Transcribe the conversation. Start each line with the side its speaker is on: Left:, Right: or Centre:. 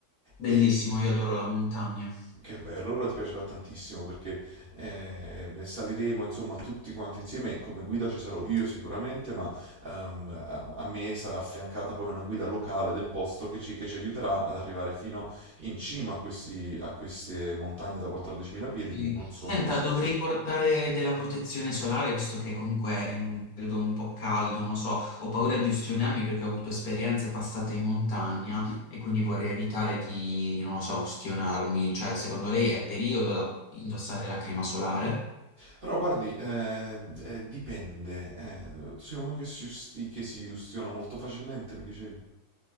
Left: bellissimo,
Right: E,
Left: io adoro la montagna.
Right: che bello, allora ti piacerà tantissimo perché eh, saliremo insomma tutti quanti insieme, come guida ci sarò io sicuramente, ma ehm, a, a me sarà affiancata poi una guida locale del posto che ci, che ci aiuterà ad arrivare fino in cima a, questi- a queste montagne da 14.000 piedi
Left: Sì.
Right: che non sono
Left: Senta,
Right: uno scherzo.
Left: dovrei portare della protezione solare visto che comunque è un periodo un po' caldo, non lo so, ho paura di ustionarmi perché ho avuto esperienze passate in montagna e quindi vorrei evitare di, non lo so, ustionarmi. Cioè, secondo lei è periodo da indossare la crema solare?
Right: Però guardi, ehm, eh, dipende, eh, tu sei uno che si, usti- che si ustiona molto facilmente, mi dicevi.